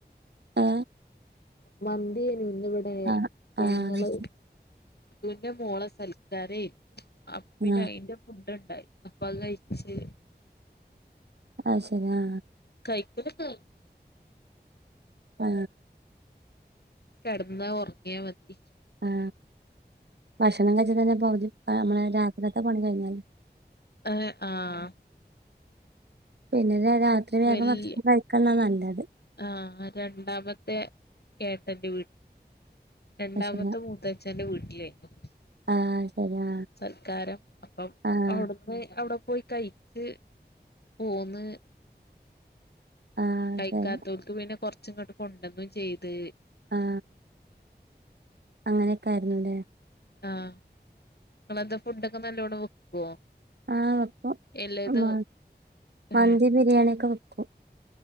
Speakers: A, on the right; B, on the left.
A: ആ
B: മന്തി ന്നിവിടെ
A: ആഹ്
B: പെങ്ങള്
A: ആഹ്
B: ൻ്റെ മോളേ സൽക്കാരേ അപ്പൊ പിന്നെ
A: ആഹ്
B: അയിന്റെ ഫുഡ്ണ്ട് ഇപ്പത് കഴിച്ച്
A: അത് ശരി ആ
B: <unintelligible>
A: ആ
B: കെടന്നാ ഉറങ്ങിയാ മതി
A: ആ ഭക്ഷണം കഴിച്ചാ തന്നെ പകുതി നമ്മള് രാത്രിത്തെ പണി കഴിഞ്ഞാല്
B: ഏഹ് ആഹ്
A: പിന്നെ ര രാത്രി വേഗം
B: വല്യ
A: ഭക്ഷണം കഴിക്കന്നാ നല്ലത്
B: ആഹ് രണ്ടാമത്തെ ഏട്ടന്റെ വീട് രണ്ടാമത്തെ
A: അത് ശരിയാ
B: മൂത്താച്ഛന്റെ വീ ഇല്ലേ <inaudible>
A: ആഹ് ശരിയാ
B: സൽക്കാരം അപ്പം
A: ആഹ്
B: അവിടുന്ന് അവിടെ പോയി കഴിച്ച് പോന്ന്
A: ആഹ്
B: കയിക്കാത്തോർക്ക്
A: ശരി
B: പിന്നെ കൊ കുറച്ചിങ്ങോട്ട് കൊണ്ടുവന്നും ചെയ്ത്
A: ആ അങ്ങനെയൊക്കെ ആയിരുന്നൂല്ലേ
B: ആ നിങ്ങളെന്താ ഫുഡൊക്കെ നല്ലോണം വെക്കുവോ
A: ആ വെക്കും
B: എല്ലേതും
A: മ
B: ഏഹ്
A: മന്തി ബിരിയാണി ഒക്കെ വെക്ക ക്കും